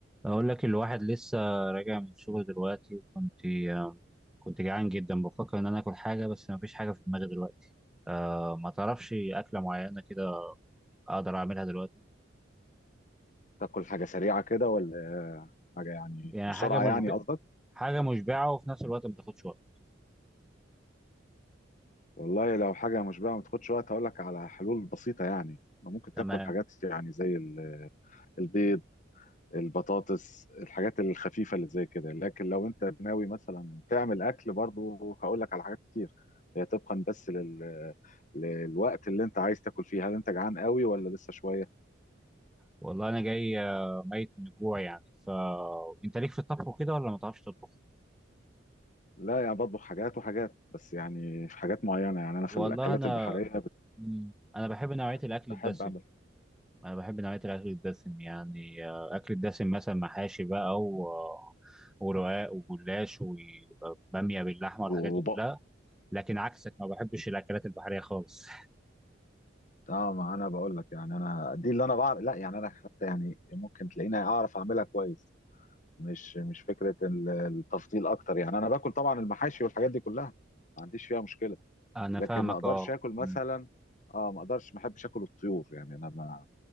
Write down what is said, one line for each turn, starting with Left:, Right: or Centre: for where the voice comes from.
Centre: أقول لك الواحد لسه راجع من الشغل دلوقتي وكنت كنت جعان جدا بفكر إن أنا آكل حاجة بس مفيش حاجة في دماغي دلوقتي أه ما تعرفش أكلة معينة كده أقدر أعملها دلوقتي
Left: تاكل حاجة سريعة كده ولا حاجة يعني
Centre: يعني
Left: بسرعة
Centre: حاجة مشب...
Left: يعني قصدك
Centre: حاجة مشبعة وفي نفس الوقت ما تاخدش وقت
Left: والله لو حاجة مشبعة ما تاخدش وقت هقول لك على حلول بسيطة يعني ممكن تاكل
Centre: تمام
Left: حاجات يعني زي ال- البيض البطاطس الحاجات الخفيفة اللي زي كده لكن لو انت ناوي مثلا تعمل اكل برضو هقول لك على حاجات كتير هي طبقا بس لل... للوقت اللي انت عايز تاكل فيه هل انت جعان قوي ولا لسه شوية
Centre: والله أنا جاي آه، ميت من الجوع يعني فأنت ليك في الطبخ وكده ولا ما تعرفش تطبخ؟
Left: لا يعني بطبخ حاجات وحاجات بس يعني في حاجات معينة يعني انا في
Centre: والله
Left: الاكلات
Centre: أنا
Left: البحرية
Centre: مم، أنا بحب نوعية
Left: بحب
Centre: الأكل
Left: بحب
Centre: الدسم
Left: اعمل
Centre: انا بحب نوعيه الاكل الدسم يعني آه، اكل الدسم مثلا محاشي بقى و ورقاق وجلاش وباميه باللحمه
Left: وب-
Centre: والحاجات دي كلها لكن عكسك ما بحبش الاكلات البحريه خالص
Left: اه ما انا بقول لك يعني انا دي اللي انا بعرف لا يعني انا حتى يعني ممكن تلاقيني اعرف اعملها كويس مش مش فكره ال- التفضيل اكتر يعني انا باكل طبعا المحاشي والحاجات دي كلها ما عنديش فيها مشكله
Centre: <laughs> انا
Left: لكن
Centre: فاهمك
Left: ما اقدرش
Centre: اه
Left: اكل مثلا
Centre: مم.
Left: اه ما اقدرش ما احبش اكل الطيور يعني انا ما